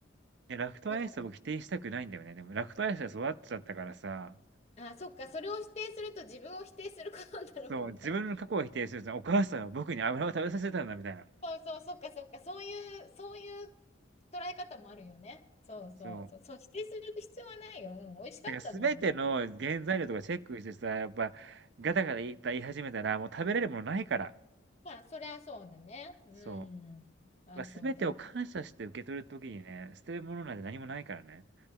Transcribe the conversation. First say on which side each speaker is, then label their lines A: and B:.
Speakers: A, on the right; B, on the left.
A: え、ラクトアイスを否定したくないんだよね。
B: だか
A: でもラクトアイスで育っちゃったからさ、
B: ら、あ、そっか、それを否定すると自分を否定することになるもんね。
A: そう、自分の過去を否定すると、お母さんは僕に油を食べさせたんだみたいな。
B: そうそう、そっかそっか、そういう、そういう捉え方もあるよね。そうそうそう、
A: そう。
B: そう、否定する必要はないよ。うん、美味しかったんだもん。
A: だから全ての原材料とかチェックしてさ、やっぱガタガタ言い言い始めたら、もう食べれるものないから。
B: まあ、そりゃそうだね。う
A: そう。
B: ん。まあ、
A: まあ、全てを感謝して受け取る時にね、
B: そうね。
A: 捨てるものなんて何もないからね。